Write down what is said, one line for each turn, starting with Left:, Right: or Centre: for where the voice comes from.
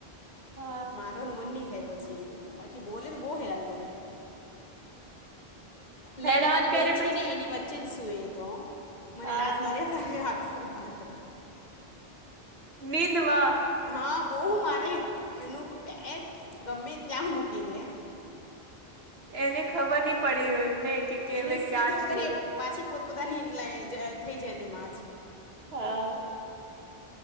Right: હા
Left: મારોનું મન નહી, થાય પછી બાકી બોલે તો બહ હેરાન કરે મેં
Right: હેરાન
Left: ને મારી
Right: કરે
Left: બેન છેને,
Right: પછી
Left: એની વચ્ચે જ સુય તો મને
Right: હા
Left: લાથ માર્યા આખું, રાત
Right: નીંદમાં
Left: હા, બહુ મારે એનું પેક ગમે ત્યાં મૂકી દે
Right: એને ખબર નહી. પડી એમને કે કેમે
Left: એને સીધો
Right: ક્યાં છુ.
Left: કરીએ પાછી પોતપોતાની <unintelligible> થઈ જાય, તેમા જ
Right: હા